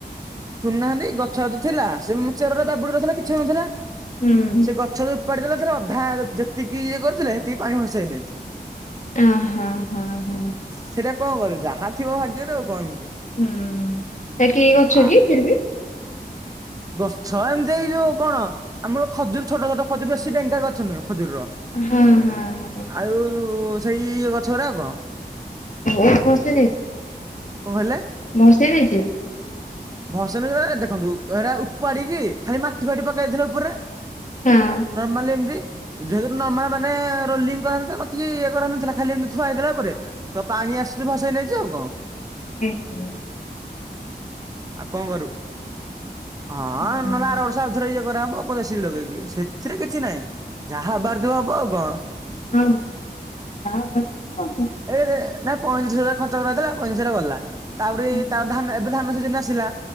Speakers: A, on the right; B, on the left.
A: ଶୁଣୁନାହାନ୍ତି ଗଛତ ଥିଲା ସେ ମାନେ ଚେରରା ଜାବୁଡି ରହିଥିଲା କିଛି ନଥିଲା
B: ହୁଁ
A: ସେ ଗ ଛ ଓପାଡ଼ି ଦେଲାପରେ ଅଧା ଯେ ଯେତିକି ଇଏ କରୁଥିଲେ ହେତିକି ପାଣି ଭସେଇ ନେଇଛି।
B: ଓ ହଁ ହଁ ହ
A: ସେଇଟା କଣ କରେ ଯାହା ଥିବ ଭାଗ୍ୟରେ ଆଉ କଣ।
B: ହୁଁ ସେଟା କି ଗଛ
A: ଆ
B: କି ଫିର ବି?
A: ଗଛ ଏମିତି ଏଇ ଯୋଉ କଣ ଆମର ଖଜୁରୀ ଛୋଟ ଛୋଟ ଖଜୁରୀ ବେଶୀ ଡ଼େଙ୍ଗା ଗଛ ନୁହେଁ। ଖଜୁରୀର
B: ହଁ ହଁ ହଁ
A: ଆଉ ସେଇ ଇଏ ଗଛ ଗୁରା ଆଉ କଣ।
B: ଓହୋ ଫସି ଯାଇଛି?
A: କଣ କହିଲେ?
B: ଭସେଇ ଯାଇଛି?
A: ଭସେଇ ନେଇଚି ମାନେ ଦେଖନ୍ତୁ ଏଟା ଉପାଡିକି ଖାଲି ମାଟି ଫାଟି ପକେଇଥିଲେ ଉପରେ
B: ହଁ।
A: ନର୍ମାଲି ଏମିତି ଯେହେତୁ ନର୍ମାଲ ମାନେ ରୋଲିଙ୍ଗ କରା ହେଇନଥିଲା କି ଇଏ କରାହେଇଥିଲା ଖାଲି ହେନ୍ତି ଥୁଆ ହେଇଥିଲା ଉପରେ ତ ପାଣି ଆସୁଛି ଭସେଇ ନେଇଛି ଆଉ କଣ।
B: ଏହେ
A: ଆଉ କଣ କରୁବୁ ହଁ
B: ହୁଁ
A: ନହେଲେ ଆର ବର୍ଷ ଆଉଥରେ ଇଏ କରାହେବ ଜେ ସି ବି ଲଗେଇକି ସେଥିରେ କିଛି ନାହିଁ ଯାହା ଆବାର ଥିବ ହବ ଆଉ କଣ।
B: ହଁ କରିଥିବ ଆଉ କଣ।
A: ଏଇ ନାଇ ପଇଁତିରିଶ ହଜାର ଖର୍ଚ୍ଚ କରାହେଇଥିଲା ପଇଁତିରିଶ ହଜାର ଗଲା ତାପରେ
B: ହୁଁ
A: ତା ଧା ଏବେ ଧାନ ସିଜିନ ଆସିଲା